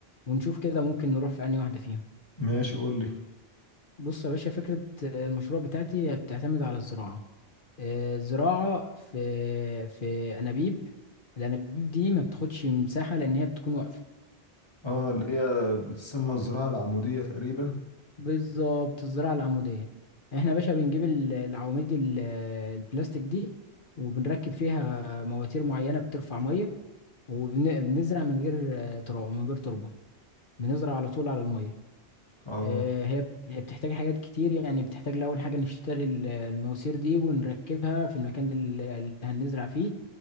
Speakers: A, on the left; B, on the left.
A: ونشوف كده ممكن نروح في انهي واحده فيهم
B: ماشي قول لي
A: بص يا باشا فكره المشروع بتاعتي بتعتمد على الزراعه آه، زراعة في في أنابيب الأنابيب دي ما بتاخدش مساحة لأن هي بتكون واقفة
B: اه اللي هي بتسمى الزراعة العمودية تقريبا
A: فبالظبط الزراعة العمودية احنا يا باشا بنجيب ال- العواميد ال- البلاستيك دي وبنركب فيها مواتير معينة بترفع مية وبنزرع من غير آه، تراب من غير تربة بنزرع على طول على المية
B: اه
A: آه، هي هي بتحتاج حاجات كتير يعني بتحتاج لأول حاجة نشتري ال- المواسير دي ونركبها في المكان اللي اللي هنزرع فيه